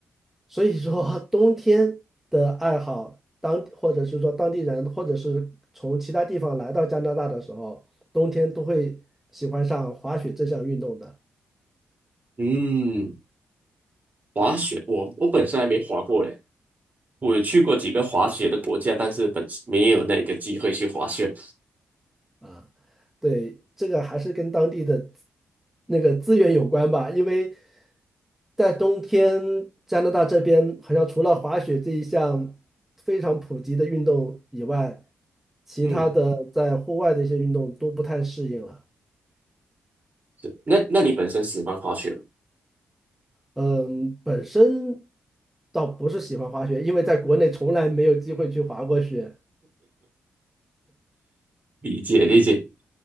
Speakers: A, in the centre; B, on the right (about 40°).
A: 所以说 <laughs> 冬天的爱好，当或者是说当地人，或者是从其他地方来到加拿大的时候，冬天都会喜欢上滑雪这项运动的。
B: 嗯，滑雪，我我本身还没滑过嘞，我有去过几个滑雪的国家，但是本没有那个机会去滑雪，
A: 啊，对，这个还是跟当地的那个资源有关吧，因为在冬天，加拿大这边好像除了滑雪这一项非常普及的运动以外，其他的在户外的一些运动都不太适应了。
B: 嗯。对，那那你本身喜欢滑雪吗
A: 嗯，本身倒不是喜欢滑雪，因为在国内从来没有机会去滑过雪
B: 理解理解。